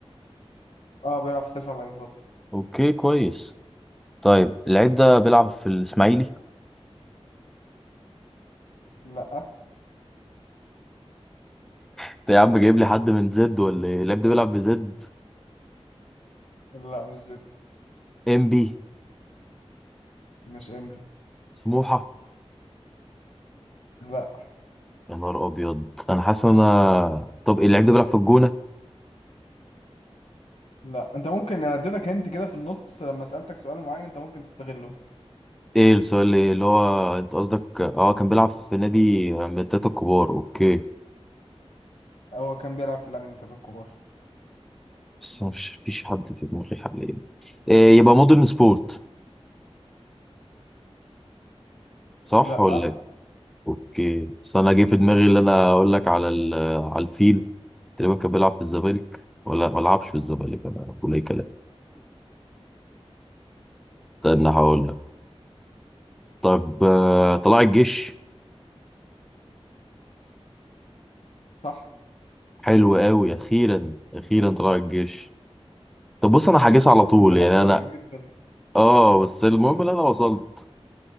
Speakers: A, on the left; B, in the centre.
A: اه بيلعب في التسعة اللي بيهبطوا
B: اوكي كويس طيب اللعيب ده بيلعب في الاسماعيلي
A: لا
B: انت يا عم جايب لي حد من زد ولا ايه؟ اللعيب ده بيلعب في زد
A: لا مش زد
B: ام بي
A: مش انبي
B: سموحة
A: لا
B: يا نهار ابيض انا حاسس ان انا طب اللعيب ده بيلعب في الجونة
A: لا انت ممكن انا اديتك انت كده في النص لما سألتك سؤال معين انت ممكن تستغله
B: ايه السؤال اللي اللي هو انت قصدك اه كان بيلعب في نادي من التلاتة الكبار اوكي
A: هو كان بيلعب في العالمين الثلاثة الكبار
B: بس أنا مش فيش حد في دماغي حاليا إيه يبقى مودرن سبورت صح
A: لا
B: ولا ايه اوكي بس انا جه في دماغي
A: لا
B: اللي انا اقول لك على ال- على الفيل تقريبا كان بيلعب في الزمالك ولا ما لعبش في الزمالك انا بقول اي كلام استنى هقول لك طب آه، طلائع الجيش
A: صح
B: حلو قوي اخيرا اخيرا طلائع الجيش طب بص انا هجيس على طول
A: انت خدت
B: يعني
A: وقت
B: انا
A: كبير في
B: اه بس المهم
A: امم
B: اللي انا وصلت